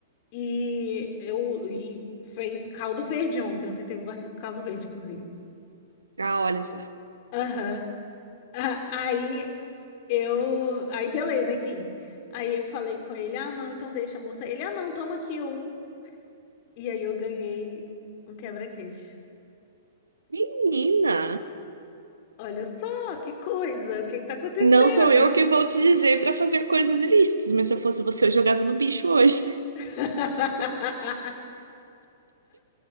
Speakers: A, on the left; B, on the right.
A: E eu e fez caldo verde ontem. Ontem teve guarda- caldo verde, inclusive.
B: Ah, olha só.
A: Aham. Ah, Aí eu. Aí beleza, enfim. Aí eu falei com ele: ah, não, então deixa, moça. Ele: ah, não, toma aqui um. E aí eu ganhei um quebra-queixo.
B: Menina,
A: Olha só, que coisa, o que que tá acontecendo?
B: não sou eu que vou te dizer pra fazer coisas ilícitas, mas se eu fosse você, eu jogava no bicho hoje.
A: <laughs>